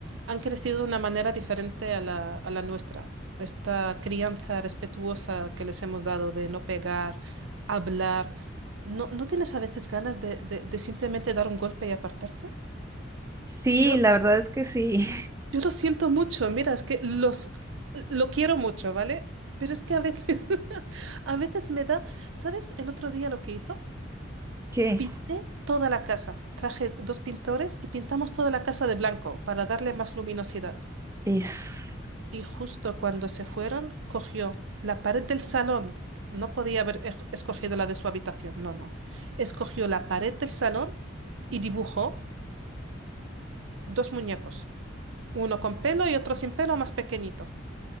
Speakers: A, on the right; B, on the right.
A: han crecido de una manera diferente a la, a la nuestra. Esta crianza respetuosa que les hemos dado de no pegar, hablar, ¿no, no tienes a veces ganas de, de de simplemente dar un golpe y apartarte?
B: Sí,
A: Yo,
B: la verdad es que sí,
A: Yo lo siento mucho, mira, es que los lo quiero mucho, ¿vale? Pero es que a veces, <laughs> a veces me da, ¿sabes? El otro día lo que hizo,
B: <laughs> ¿Qué?
A: pinté toda la casa. Traje dos pintores y pintamos toda la casa de blanco para darle más luminosidad.
B: es,
A: Y justo cuando se fueron, cogió la pared del salón. No podía haber ej- escogido la de su habitación, no, no. Escogió la pared del salón y dibujó dos muñecos, uno con pelo y otro sin pelo, más pequeñito.